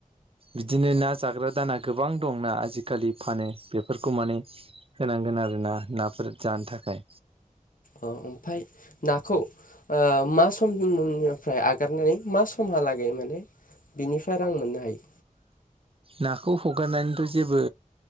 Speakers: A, on the right (about 40°); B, on the left (about 75°).
A: बिदिनो ना जाग्रा दाना गोबां दं ना आजिखालि फानो बेफोरखौ माने होनांगोन आरोना नाफोर जानो थाखाय।
B: अ ओमफाय ना खौ ओ मा समनि उननिफ्राय आगारनानै मा समहालागै माने बिनिफ्राय रां मोन्नो हायो
A: नाखौ हगारनानैथ' जेबो